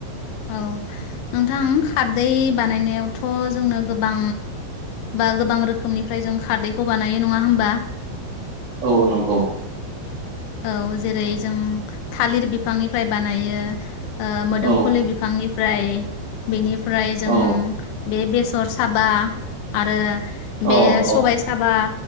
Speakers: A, on the left (about 80°); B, on the right (about 60°).
A: औ नोंथां खारदै बानायनायावथ' जोंनो गोबां बा गोबां रोखोमनिफ्राय जों खारदैखौ बानायो नङा होमबा?
B: औ नंगौ।
A: औ जेरै जों थालिर बिफांनिफ्राय बानायो। ओ मोदोमफुलनि
B: औ
A: बिफांनि फ्राय बेनि फ्राय जों
B: औ
A: बे - बेसर साबा आरो
B: औ
A: बे सबाय साबा